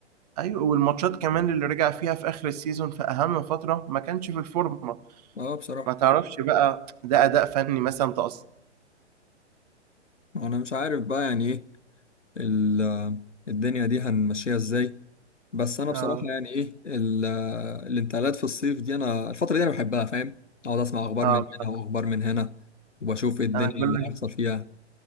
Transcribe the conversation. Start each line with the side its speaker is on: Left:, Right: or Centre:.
Right: أيوه، والماتشات كمان اللي رجع فيها في آخر السيزون في أهم فترة ما كانش في الفورمة،
Left: اه بصراحه
Right: ما تعرفش بقى ده أداء فني مثلًا تقص
Left: انا مش عارف بقى يعني ايه ال- الدنيا دي هنمشيها ازاي بس انا
Right: آه،
Left: بصراحه يعني ايه ال- الانتقالات في الصيف دي انا الفتره دي انا بحبها فاهم اقعد اسمع اخبار
Right: آه
Left: من
Right: بالضبط،
Left: هنا واخبار من هنا وبشوف إيه الدنيا
Right: أنا كل
Left: اللي
Right: ش
Left: هيحصل فيها